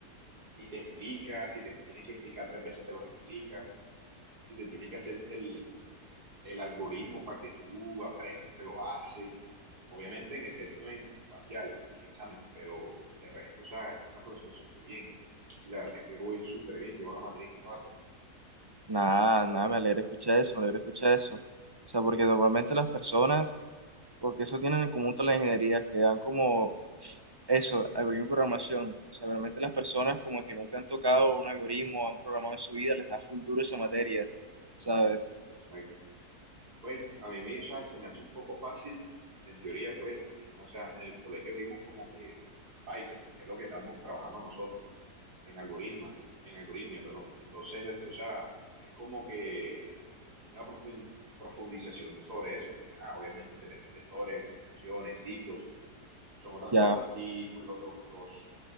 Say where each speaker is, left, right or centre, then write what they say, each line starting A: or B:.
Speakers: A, on the right; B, on the right.
A: y te explica, si te tienes que explicar tres veces, te los explica, si te tiene que hacer el, el algoritmo para que tú aprendas, te lo hace, obviamente, en, excepto en, en parciales y en exámenes, pero de resto, o sea, es una profesora súper bien. Y la verdad es que voy súper bien, llevo la materia en cuatro.
B: Nada, nada, me alegra escuchar eso, me alegra escuchar eso. O sea, porque normalmente
A: Y-
B: las personas, porque eso tienen en común todas las ingenierías, que dan como eso, algoritmo y programación. O sea, realmente las personas como que nunca han tocado un algoritmo, han programado en su vida, les da full duro esa materia, ¿sabes?
A: Exacto. Pues a mí, me- o sea, se me hace un poco fácil, en teoría, pues, porque, o sea, en el colegio dimos como que Python, que es lo que estamos trabajando nosotros, en algoritma, en algoritmia, perdón. Entonces, esto, o sea, es como que una profund- profundización sobre eso, porque, ah, obviamente te meten vectores, funciones, ciclos, son otras
B: Ya,
A: cosas y pues lo- lo- los,